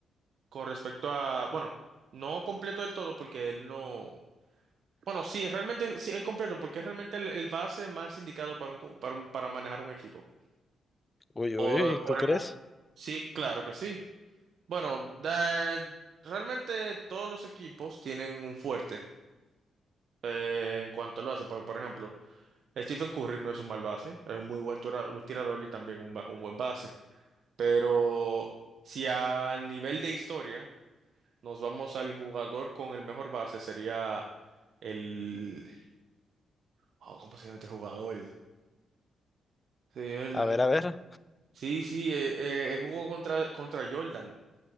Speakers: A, on the right; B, on the left.
A: con respecto a, bueno, no completo del todo porque él no. Bueno, sí, es realmente sí, es completo porque es realmente el, el base más indicado para un, cu- para un- para manejar un equipo.
B: Uy,
A: O
B: uy, uy, ¿tú
A: por
B: crees?
A: el mo- sí, claro que sí. Bueno, da- realmente todos los equipos tienen un fuerte eh, en cuanto al base. Por, por ejemplo, Stephen Curry no es un mal base, es un muy buen tura- tirador y también un, ba- un buen base. Pero si a nivel de historia nos vamos al jugador con el mejor base sería el oh, ¿cómo se llama este jugador? Sí,
B: A ver, a ver,
A: Sí, sí, eh, eh, él jugó contra, contra Jordan